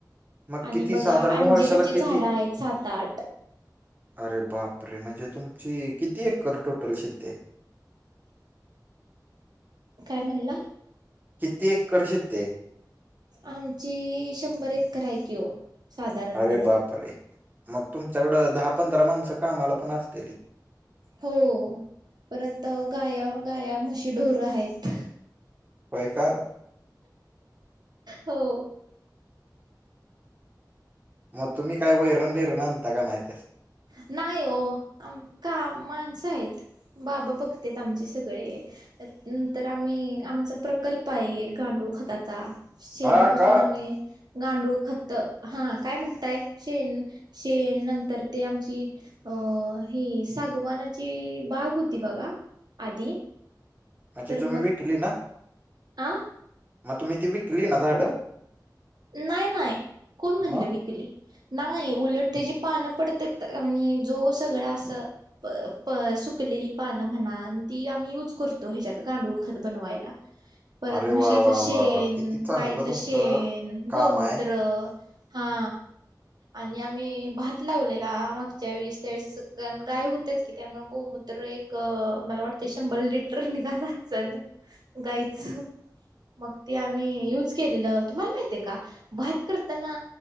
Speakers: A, on the right; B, on the right.
A: मग
B: आणि
A: किती
B: बघा
A: साधारण
B: अंजिराची
A: वर्षाला किती
B: झाड आहेत सात आठ
A: अरे बाप रे म्हणजे तुमची किती एकर टोटल शेती आय
B: काय म्हणला
A: किती एकर शेतीय
B: आमची शंभर एकर हाय की ओ साधारणपणे
A: अरे बाप रे मग तुमच्याकडं दहा पंधरा माणसं कामाला पण असतेली
B: हो परत गाया गाया म्हशी ढोर हाईत
A: होय का
B: हो
A: मग तुम्ही काय वैरण बिरण आणता का नाही त्यासनी
B: नाही हो आम का माणसं आहेत बाबा बघत्येत आमचे सगळे त्यात नंतर आम्ही आमचा प्रकल्प आहे एक गांडूळ खताचा शेणापासून
A: हा का
B: आम्ही गांडूळ खत हा काय म्हणताय शेण शेण नंतर ते आमच्या की अ ही सागवानाची बाग होती बघा आधी
A: अच्छा
B: तर
A: तुम्ही
B: मग
A: विकली ना
B: आ
A: तुम्ही ती विकली ना झाडं
B: नाही नाही कोण म्हणलं
A: मग
B: विकली नाय उलट त्याची पानं पडतात आणि जो सगळा असं प प सुकलेली पानं म्हणा ती आम्ही यूज करतो ह्याच्यात गांडूळ खत बनवायला परत
A: अरे
B: म्हशीच
A: वा वा
B: शेण
A: वा वा किती चांगलं
B: गाईचं
A: तुमचं
B: शेण
A: काम
B: गोमूत्र
A: आहे
B: हा आणि आम्ही भात लावलेला मागच्या वेळेस त्या वेळेस गाय होतेच की त्यामुळे गोमुत त्र एक मला वाटतय शंभर लिटर निघाला असल गायीचं मग ते आम्ही युज केलेलं तुम्हाला माहित ते का भात करताना